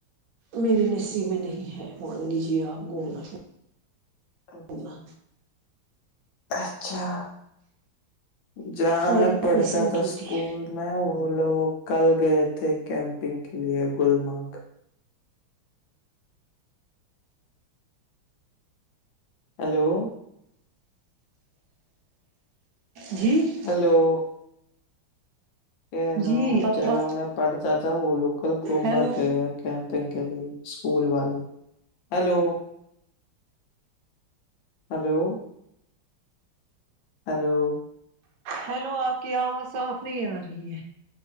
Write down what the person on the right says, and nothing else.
میے نسیب میں نہیں ہے مان لیجیے آپ گھومنا
شومنا
ساری
بد
نصیبوں
کی ہوتی
ہے
جی
جی
آپ
کے پاس
ہیلو
ہیلو آپ کی آواز صاف نہیں آ رہی ہے